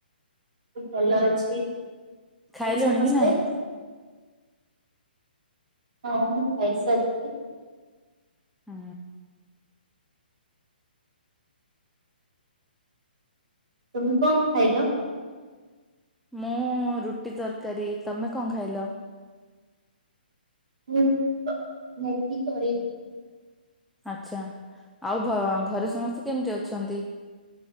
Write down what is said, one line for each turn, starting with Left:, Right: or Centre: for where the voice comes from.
Right: ଭଲ ଅଛି
Centre: ଖାଇଲଣି
Right: ଆଉ ସମସ୍ତେ।
Centre: କି ନାଇଁ?
Right: ହଁ ମୁଁ ଖାଇସାରିଥିଲି।
Centre: ହୁଁ।
Right: ତୁମେ କଣ ଖାଇଲ?
Centre: ମୁଁ ରୁଟି ତରକାରୀ, ତମେ କଣ ଖାଇଲ?
Right: ହୁଁ, ଭେଣ୍ଡି କରି <unintelligible>
Centre: ଆଚ୍ଛା ଆଉ ଘ--ଘରେ ସମସ୍ତେ କେମିତି ଅଛନ୍ତି।